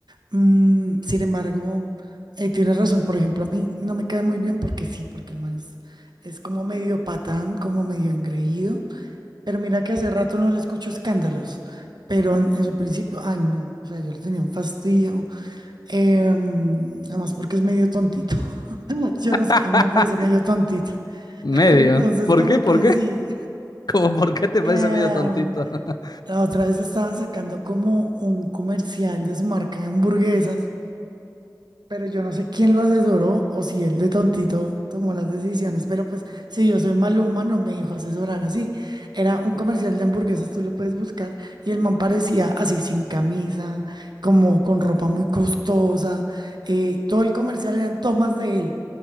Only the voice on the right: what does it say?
Mm, sin embargo, eh, tienes razón, por ejemplo, a mí no me cae muy bien porque sí, porque el man es, es como medio patán, como medio engreído. Pero mira que hace rato no le escucho escándalos, pero en, en su principio, ay no, o sea, yo le tenía un fastidio, em, además porque es medio tontito. <laughs> Yo no sé,
a mí me parece medio tontito.
<laughs> Entonces,
como
que
sí.
Em,
la otra vez estaba sacando como un comercial de su marca de hamburguesas pero yo no sé quién lo asesoró o si él de tontito tomó las decisiones, pero pues si yo soy Maluma no me dijo asesorar así. Era un comercial de hamburguesas, tú lo puedes buscar, y el man parecía así sin camisa, como con ropa muy costosa. eh, todo el comercial eran tomas de él,